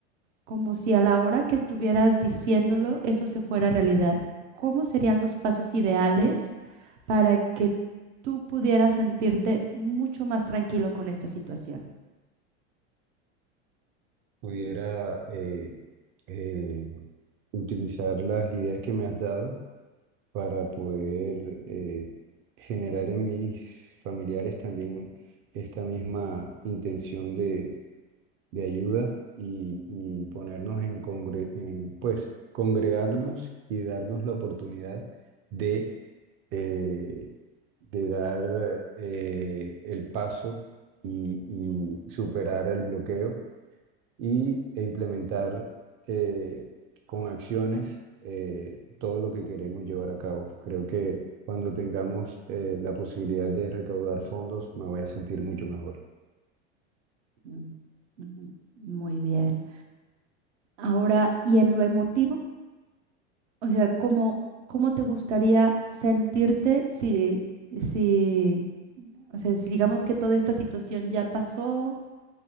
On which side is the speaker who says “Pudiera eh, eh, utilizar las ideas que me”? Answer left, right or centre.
Right